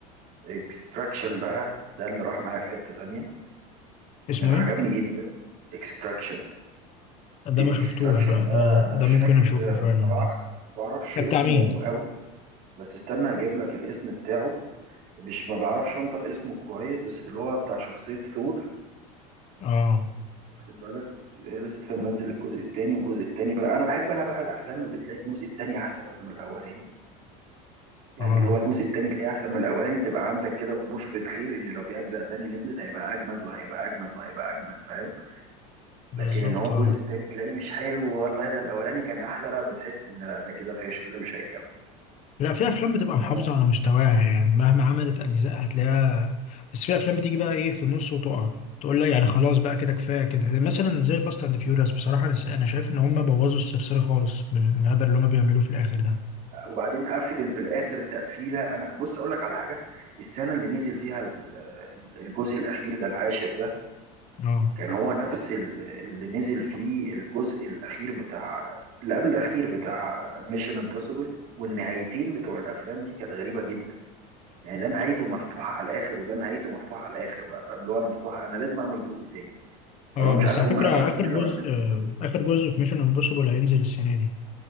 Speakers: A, on the right; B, on the left.
A: اكستراكشن بقى ده اللي راح معايا في حته تانيه
B: اسمه
A: عجبني
B: ايه
A: جدا اكستراكشن دي
B: ده ما شفتوش
A: اكستراكشن
B: بقى
A: ده
B: ده
A: انا مش
B: ده ممكن
A: فاكر
B: اشوفه فعلا
A: ما بعرفش
B: ده
A: ما بعرفش
B: ده
A: اسمه
B: بتاع مين
A: قوي بس استنى هجيب لك الاسم بتاعه مش ما بعرفش انطق اسمه كويس بس اللي هو بتاع شخصية ثور
B: اه
A: خد بالك لسه منزل الجزء التاني والجزء التاني بقى انا بحب انا بقى الافلام اللي تلاقي الجزء التاني احسن من الاولاني ده. يعني
B: اه
A: اللي هو الجزء التاني تلاقيه احسن من الاولاني تبقى عندك كده بشرة خير ان لو في اجزاء تانية نزلت هيبقى اجمد وهيبقى اجمد وهيبقى اجمد فاهم
B: بالظبط
A: لكن ان هو الجزء
B: آه.
A: التاني تلاقيه مش حلو والله ده الاولاني كان احلى لا بتحس ان لا ده كده فاشل ده مش هيكمل
B: لا في افلام بتبقى
A: تمام.
B: محافظه على مستواها يعني مهما عملت اجزاء هتلاقيها بس في افلام بتيجي بقى ايه في النص وتقع تقول لا يعني خلاص بقى كده كفايه كده مثلا زي فاست اند فيوريوس بصراحه انا أنا شايف ان هم بوظوا السلسله خالص بالهبل اللي هم بيعملوه في الاخر ده
A: وبعدين قفل في الاخر تقفيله انا بص اقول لك على حاجه السنه اللي نزل فيها ال- الجزء الاخير ده العاشر ده
B: اه
A: كان هو نفس ال- اللي نزل فيه الجزء الاخير بتاع اللي قبل الاخير بتاع ميشن امبوسيبل والنهايتين بتوع الافلام دي كانت غريبه جدا يعني ده نهايته مفتوحه على الاخر وده نهايته مفتوحه على الاخر بقى فاهم اللي هو انا مفتوحه انا لازم اعمل جزء تاني فانا
B: اه
A: مش
B: بس
A: عارف
B: على
A: هم
B: فكرة
A: قفلوه
B: آخر
A: كده
B: جزء
A: ولا لسه
B: آه،
A: في جزء.
B: آخر جزء في ميشن امبوسيبل هينزل السنة دي